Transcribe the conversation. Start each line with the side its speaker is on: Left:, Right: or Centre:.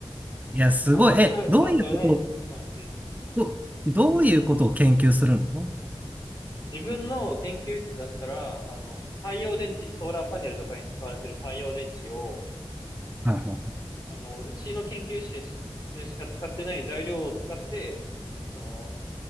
Right: いや、すごい。
Left: 3月くらいって遊べないかもしれないですね。
Right: え、どういうことを、ど、どういうことを研究するの
Left: 自分の研究室だったら、あの、太陽電池、ソーラーパネルとかに使われてる太陽電池を、
Right: はいは
Left: あの、うちの研究室でしか使ってない材料を使って、その、